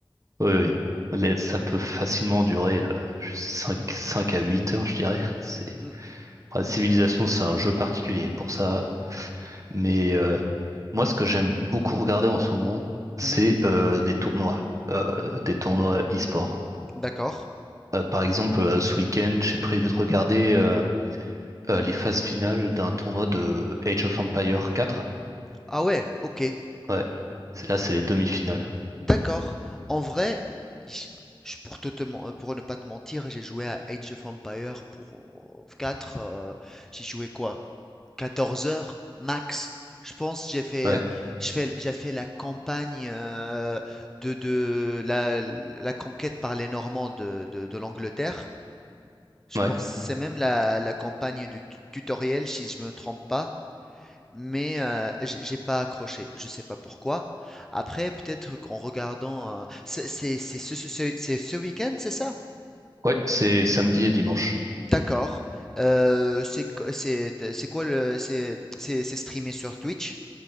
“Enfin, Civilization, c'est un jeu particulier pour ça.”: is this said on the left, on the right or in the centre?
Right